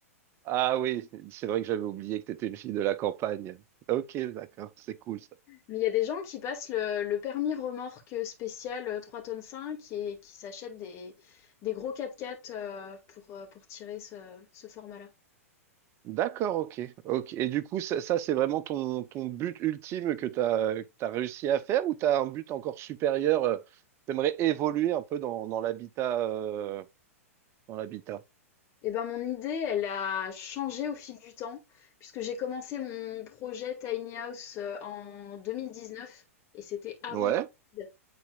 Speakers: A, on the right (about 35°); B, on the left (about 35°).
A: Ah oui, c'est vrai que j'avais oublié que t'étais une fille de la campagne. Ok, d'accord. C'est cool ça.
B: Mais il y a des gens qui passent le, le permis remorque spécial euh, 3 tonnes 5 et qui s'achètent des, des gros quatre-quatre euh, pour, euh, pour tirer ce, ce format-là.
A: D'accord, ok, ok. Et du coup, ça, ça, c'est vraiment ton, ton but ultime que tu as, réussi à faire ou tu as un but encore supérieur? euh, T'aimerais évoluer un peu dans, dans l'habitat, euh, dans l'habitat.
B: Eh ben, mon idée, elle a changé au fil du temps, puisque j'ai commencé mon projet Tiny House euh, en 2019, et c'était avant
A: Ouais,
B: le Covid.